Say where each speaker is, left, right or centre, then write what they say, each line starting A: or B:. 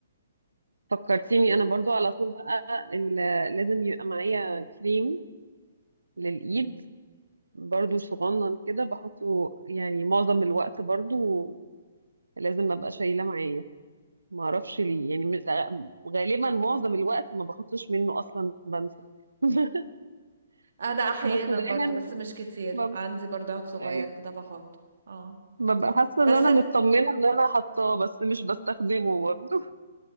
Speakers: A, on the right (about 80°); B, on the right (about 65°).
A: فكرتيني
B: آه،
A: انا برضو على طول بقى ال- لازم يبقى معايا كريم للايد
B: مم.
A: برضو صغنن كده بحطه يعني معظم الوقت برضو لازم ابقى شايله معايا ما اعرفش ليه يعني مش- غالبا معظم الوقت ما بحطش منه اصلا بنسى <laughs>
B: انا احيانا
A: بس دايما
B: برضو بس مش كتير
A: بب-
B: عندي برضو عاد صغير
A: أي-
B: كده بحط اه
A: ببقى حاسه ان
B: بس
A: انا مطمنه ان انا حاطاه بس مش بستخدمه برضو